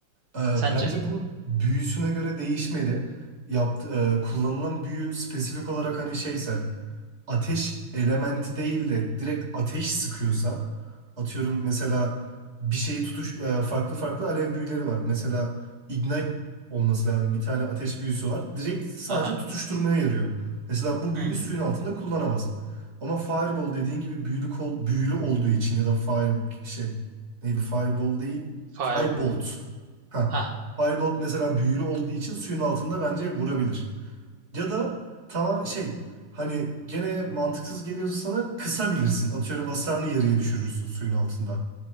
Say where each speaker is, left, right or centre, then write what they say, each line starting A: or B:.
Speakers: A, on the right (about 35°); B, on the right (about 55°).
A: e,
B: Sence?
A: Bence bu büyüsüne göre değişmeli. Yaptı, e, kullanılan büyü spesifik olarak hani şeyse ateş elementi değil de direkt ateş sıkıyorsa atıyorum mesela bir şeyi tutuş e, farklı farklı alev büyüleri var. Mesela ignite olması lazım. Bir tane ateş büyüsü var. Direkt sadece
B: Aha.
A: tutuşturmaya yarıyor. Mesela bu büyüyü
B: Hmm.
A: suyun altında kullanamaz. Ama fireball dediğin gibi büyülü, kol- büyülü olduğu için ya da fire şey neydi fireball değil
B: Fire.
A: firebolt. Ha.
B: Ha.
A: Firebolt mesela büyülü olduğu için suyun altında bence vurabilir. Ya da tamam şey hani gene mantıksız geliyorsa sana kısabilirsin. Atıyorum hasarını yarıya düşürürsün suyun altında.